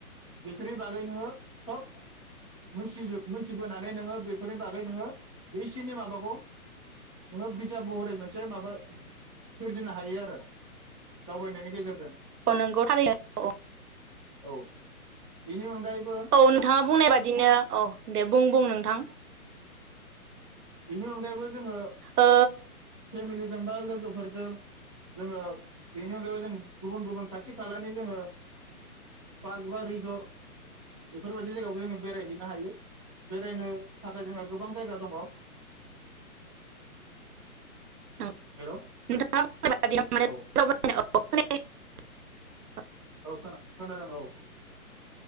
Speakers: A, on the left; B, on the right.
A: बिसोरनि बागै नोङो सब मोनथिजो-मोनथिबोनानै नोङो बेफोरनि बागै नोङो बिसोरनि माबाखौ नोङो बिजाब महरै मोन से माबा सोरजिनो हायो आरो दावबायनायनि गेजेरजों-
B: औ नोंगौ थारैनो औ
A: औ बेनि अनगायैबो
B: औ नोंथाङा बुंनाय बादिनो औ दे बुं बुं नोंथां?
A: बिनि अनगायैबो जोङो
B: ओ
A: पेमिलि जोंबो लोगोफोरजों जोङो बेनि अनगायैबो जों गुबुन गुबुन खाथि खालानि जोङो पार्क बा रिजर्ट बेफोरबादि जायगायाव जों बेरायहैनो हायो बेरायनो थाखाय जोङो बां जायगा दङ औ
B: नों
A: हेल'
B: <unintelligible> नोंथाङा
A: औ
B: <unintelligible> दावबायनायाव अख <unintelligible>
A: औ खोन-खोनादों औ